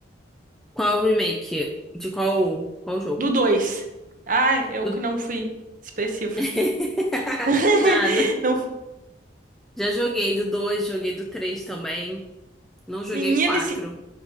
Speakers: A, in the centre; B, on the right.
A: Qual remake? De qual, qual jogo?
B: Do 2? Ai, eu
A: Do-
B: que não fui expressiva.
A: <laughs>
B: <laughs>
A: Nada.
B: Não,
A: Já joguei do 2, joguei do 3 também. Não joguei
B: menina,
A: o quatro.
B: esse,